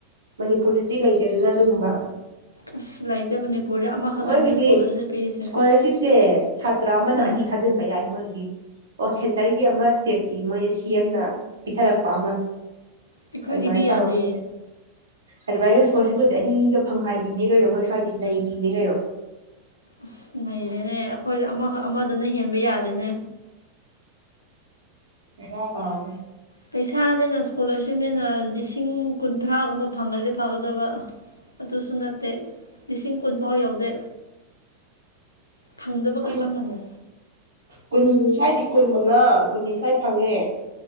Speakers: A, on the right; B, on the left.
A: ꯃꯅꯤꯄꯨꯔꯗꯗꯤ ꯂꯩꯇꯦꯗꯅ ꯑꯗꯨꯒꯨꯝꯕ
B: ꯑꯁ ꯂꯩꯇꯦ ꯃꯅꯤꯄꯨꯔꯗ ꯑꯃꯈꯛꯇꯅꯦ
A: ꯃꯣꯏꯒꯤꯗꯤ
B: ꯏꯁꯀꯣꯂꯔꯁꯤꯞ ꯄꯤꯔꯤꯁꯦ
A: ꯏꯁꯀꯣꯂꯥꯔꯁꯤꯞꯁꯦ ꯁꯥꯇ꯭ꯔ ꯑꯃꯅ
B: ꯎꯝ
A: ꯑꯅꯤ ꯊꯥꯖꯤꯟꯅꯤꯡ ꯌꯥꯏ ꯃꯔꯒꯤ ꯑꯣ ꯁꯦꯟꯇꯔꯒꯤ ꯑꯃ ꯏꯁꯇꯦꯠꯀꯤ ꯃꯣꯏꯅ ꯁꯤ ꯑꯦꯝꯅ ꯄꯤꯊꯔꯛꯄ ꯑꯃ
B: ꯑꯩꯈꯣꯏꯒꯤꯗꯤ
A: ꯑꯗꯨꯃꯥꯏꯅ ꯇꯧꯔꯒ
B: ꯌꯥꯗꯦ
A: ꯑꯗꯨꯃꯥꯏꯅ ꯏꯁꯀꯣꯂꯔꯁꯤꯞꯀꯁ ꯑꯅꯤꯒ ꯐꯪꯈꯥꯏꯕꯤꯅꯦ ꯀꯩꯅꯣ ꯃꯣꯏ ꯁ꯭ꯋꯥꯏꯗꯤ ꯅꯩꯕꯤꯅꯦ ꯀꯩꯅꯣ
B: ꯑꯁ ꯂꯩꯔꯦꯅꯦ ꯑꯩꯈꯣꯏꯗ ꯑꯃꯈꯛ ꯑꯃꯗꯅ ꯍꯦꯟꯕ ꯌꯥꯗꯦꯅꯦ
A: ꯀꯩꯅ ꯇꯔꯦ
B: ꯄꯩꯁꯥꯅꯦꯅ ꯏꯁꯀꯣꯂꯥꯔꯁꯤꯞꯅꯦꯅ ꯂꯤꯁꯤꯡ ꯀꯨꯟꯊ꯭ꯔꯥꯒꯨꯝꯕ ꯐꯪꯒꯗꯤ ꯐꯒꯗꯕ ꯑꯗꯨꯁꯨ ꯅꯠꯇꯦ ꯂꯤꯁꯤꯡ ꯀꯨꯟꯐꯥꯎ ꯌꯥꯎꯗꯦ ꯊꯪꯗꯕꯒ
A: ꯀꯨꯟ
B: ꯆ ꯃꯥꯟꯅ
A: ꯀꯨꯟ ꯁ꯭ꯋꯥꯏꯗꯤ ꯀꯨꯟ ꯃꯉꯥ ꯀꯨꯟꯅꯤꯊꯣꯏ ꯐꯪꯉꯦ